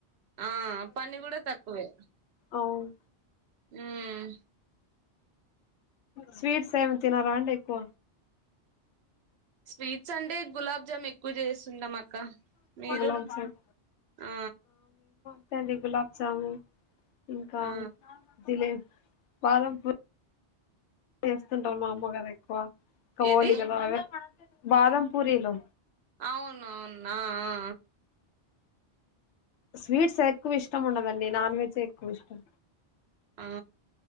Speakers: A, on the right; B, on the left.
A: ఆ పని గుడా తక్కువే
B: అవును
A: హుమ్
B: స్వీట్స్ ఏం తినరా అండి ఎక్కువ
A: స్వీట్స్ అంటే గులాబ్ జామ్ ఎక్కువ చేస్ తింటామ్ అక్క మీరు
B: గులాబ్ జామ్
A: ఆ
B: ఎట్లండి గులాబీ జామున్ ఇంకా
A: ఆ
B: జిలేబ్ బాదం పూ చేస్తుంటారు మా అమ్మగారు ఎక్కువ ఇంక
A: ఏది
B: ఒలిగలు అవే బాదం పూరీలు
A: అవునవును ఆ ఆ
B: స్వీట్స్ ఎక్కువ ఇష్టం ఉండదండి నెన్ నాన్ వెజే ఎక్కువ ఇష్టం
A: ఆ